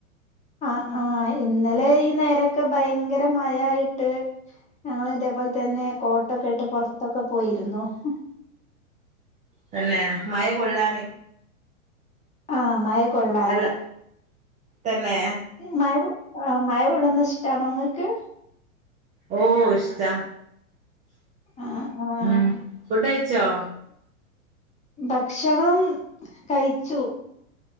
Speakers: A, on the left; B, on the right.
A: ആ ആ എ ഇന്നലെ ഈ നേരൊക്കെ ഭയങ്കര മഴായിട്ട് ഞങ്ങള് ഇതേപോലെ തന്നെ കോട്ടൊക്കെ ഇട്ട് പൊറത്തൊക്കെ പോയിരുന്നു ഹ്
B: തന്നെ മയ കൊള്ളാന്
A: ആ മയ കൊള്ളാനെ
B: അല്ല തന്നെ
A: ഇ മഴ കൊ ങാ മഴകൊള്ളുന്നിഷ്ടാണോങ്ങൾക്ക്
B: ഓ ഇഷ്ടാ
A: ആഹ് ആഹ്
B: ഉം ഫുഡയിച്ചോ
A: ഭക്ഷണം കയിച്ചു